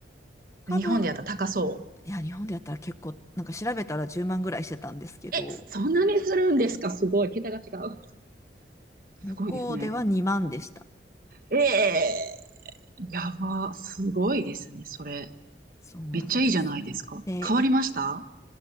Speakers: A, on the left; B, on the right.
A: 多分、
B: 日本でやったら高そう。
A: いや、日本でやったら結構、なんか調べたら10万ぐらいしてたんですけど、
B: え、そんなにするんですかすごい。桁が違う。
A: 向こうでは2万でした。
B: すごいですね。ええやば。すごいですね。それ。
A: そうなんです。
B: めっちゃいいじゃないですか。
A: で、
B: 変わりました
A: い